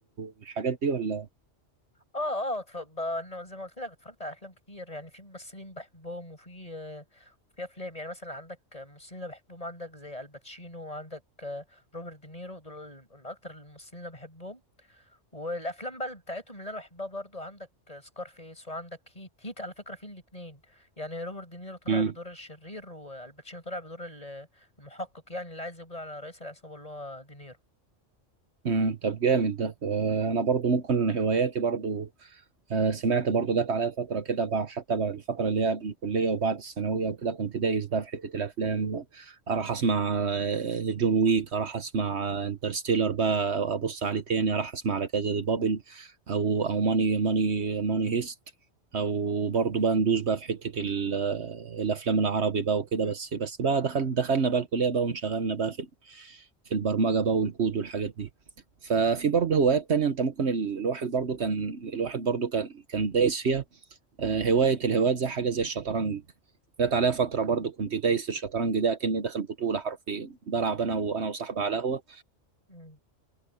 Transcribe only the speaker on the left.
اه اه اتف- ب- انه زي ما قلت لك اتفرجت على افلام كتير يعني في ممثلين بحبهم وفي آه، في افلام يعني مثلا عندك ممثلين انا بحبهم عندك زي الباتشينو وعندك آه، روبرت دينيرو دول من اكتر الممثلين اللي انا بحبهم والافلام بقى اللي بتاعتهم اللي انا بحبها برضو عندك سكارفيس وعندك هيت هيت على فكره في الاتنين يعني روبرت دينيرو طلع
بدور الشرير والباتشينو طلع بدور ال- المحقق يعني اللي عايز يقبض على رئيس العصابه اللي هو دينيرو
م-
م.